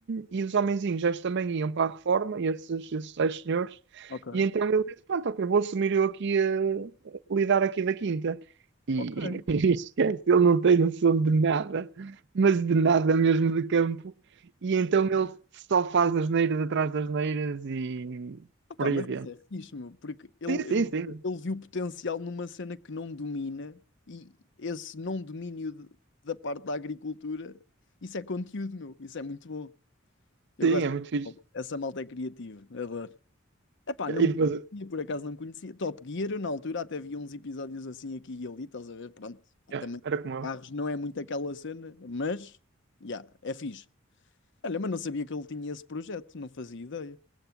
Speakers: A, on the right; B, on the left.
A: e os homenzinhos já também iam para a reforma, e esses, esses tais senhores,
B: Ok,
A: e então ele disse, pronto, ok, vou assumir eu aqui a lidar aqui da quinta. E
B: ok.
A: <laughs> esquece, ele não tem noção de nada, mas de nada mesmo de campo, e então ele só faz asneiras atrás das neiras e
B: Ah pá,
A: por aí
B: mas
A: adiante.
B: isso é fixe, meu, porque ele,
A: Sim, sim,
B: ele,
A: sim.
B: ele viu potencial numa cena que não domina e esse não domínio de- da parte da agricultura, isso é conteúdo, meu, isso é muito bom. Eu
A: Sim,
B: gosto
A: é
B: dessa
A: muito fixe.
B: malta Essa malta é criativa, adoro. É pá, não
A: E depois,
B: conhecia, por acaso não conhecia. Top Gear, eu na altura até vi uns episódios assim aqui e ali, estás a ver? Pronto, Pá,
A: yeah,
B: também
A: era como eu.
B: carros não é muito aquela cena, mas, já, é fixe. Olha, mas não sabia que ele tinha esse projeto, não fazia ideia.